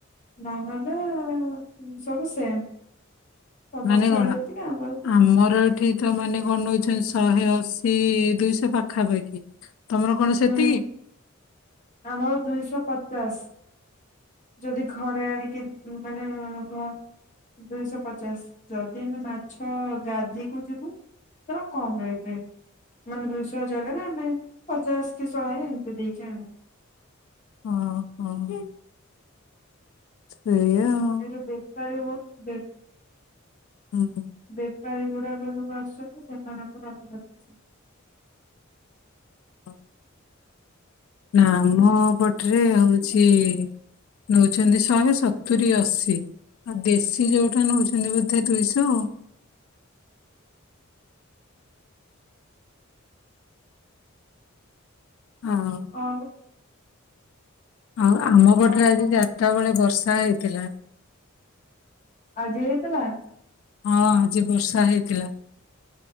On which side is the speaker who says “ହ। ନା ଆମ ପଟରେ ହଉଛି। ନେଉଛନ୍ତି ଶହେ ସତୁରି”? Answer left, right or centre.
Left